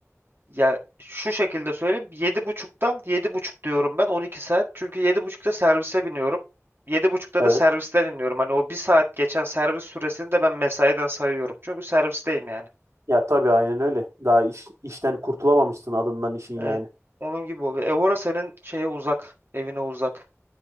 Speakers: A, on the right; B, on the right.
A: Ya şu şekilde söyleyeyim. yedi buçuktan yedi buçuk diyorum ben 12 saat. Çünkü yedi buçukta servise biniyorum. yedi buçukta
B: Evet.
A: da servisten iniyorum. Hani o bir saat geçen servis süresini de ben mesaiden sayıyorum. Çünkü servisteyim yani.
B: Ya tabii aynen öyle. Daha iş, işten kurtulamamışsın adından işin yani.
A: Evet. Onun gibi oluyor. Evora senin şeye uzak. Evine uzak.